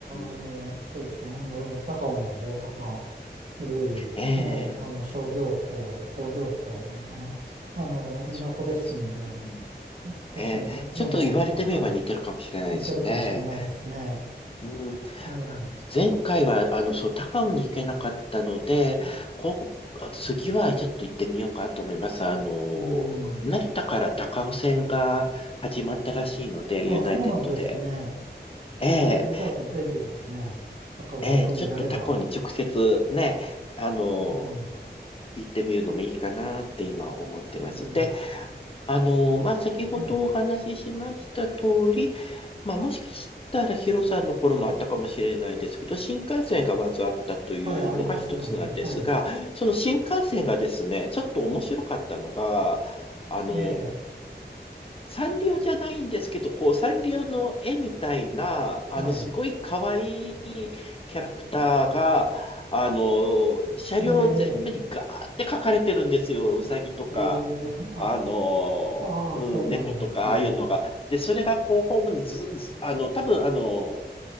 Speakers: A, on the right; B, on the left.
A: あ、の、
B: ん、
A: そうですね。あの、高尾の方とか、古い、
B: ええ
A: ね、あの、商業港、工業港なのかな。あの、港ですんで、
B: そうですね。うん
A: 確かにね、
B: ええちょっと言われてみれば似てるかもしれないですね。
A: あの、はい。似てるかもしれないですね。
B: うん、
A: ええ。
B: 前回は、あの、そう、高尾に行けなかったので、こう、次はちょっと行ってみようかなと思います。あの、
A: うん。
B: 成田から高尾線が始まったらしいので、
A: あ、
B: ユナイテッドで。
A: そうなんですね。
B: ええ、
A: ええ、じゃあ便利ですね。高尾行くんであれば。
B: ええ、ちょっと他校に直接ね、あの、
A: うん。
B: 行ってみるのもいいかなって今思ってます。
A: うん。
B: で、あの、まあ、先ほどお話ししました通り、
A: はい。
B: まあ、もしかしたらヒロさんの頃もあったかもしれないですけど、新幹線がまずあったというのが一つなんですが、
A: はい、あります。うんはい。
B: その新幹線がですね、ちょっと面白かったのが、あの、
A: ええ、
B: サンリオじゃないんですけど、こう、サンリオの絵みたいな、あの、
A: はい。
B: すごい可愛いキャラクターが、あの、車両全部にガーって書かれてるんですよ。
A: ええ、
B: ウサギとか、
A: ええ、あ、
B: あの、
A: ああ、
B: うん、
A: そうなんですね。
B: 猫とか、ああいうのが。で、それがこう、ホームにず、ずあの、多分あの、